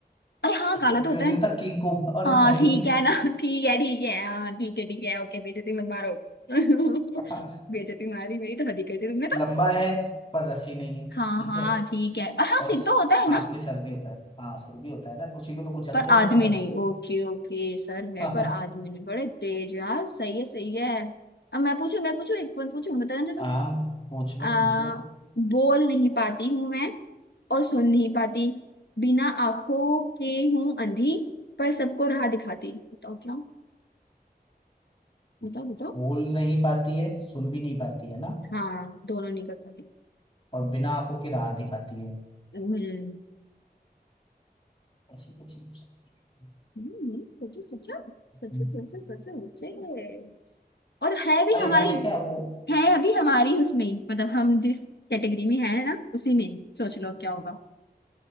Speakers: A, on the left; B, on the left.
A: अरे हाँ काला
B: क्यों
A: तो
B: क्यों
A: होता
B: नहीं
A: है
B: होता किंग को अरे
A: हाँ
B: भाई
A: ठीक है ना <laughs> ठीक है ठीक है हाँ ठीक है ठीक है ओके बेइज्जती मत मारो <laughs>
B: हाँ,
A: बेइज्जती मारी मेरी तो हद ही कर दी तुमने तो
B: लंबा है पर रस्सी नहीं है
A: हाँ
B: ठीक
A: हाँ
B: है
A: ठीक है और हाँ
B: और
A: सिर
B: स-
A: तो होता है
B: सांप
A: ना
B: के सर भी होता है हाँ सर भी होता है ना तो उसी को तो कुचलते
A: पर
B: हैं
A: आदमी
B: ना मार
A: नहीं
B: देते
A: ओके ओके सर है
B: हैं
A: पर आदमी नहीं बड़े तेज यार सही है सही है अब मैं पूछू मैं पूछू एक पॉइंट पूछू बता ना तुम
B: आ, पूछ लो
A: आ,
B: पूछ लो
A: बोल नहीं पाती हूँ मैं और सुन नहीं पाती बिना आंखों के हूँ अंधी पर सबको राह दिखाती बताओ क्या बताओ बताओ
B: बोल नहीं पाती है सुन भी नहीं पाती है ना
A: हाँ दोनों नहीं कर पाती
B: और बिना आंखों के राह दिखाती है
A: हम्म
B: ऐसी क्या चीज हो सकती है
A: हम्म, सोचो सोचो सोचो
B: हम्म।
A: सोचो सोचो सोचो और है भी
B: अरे
A: हमारी
B: वो है क्या वो
A: है अभी हमारी उसमें ही, मतलब हम जिस कैटेगरी में है ना उसी में सोच लो क्या होगा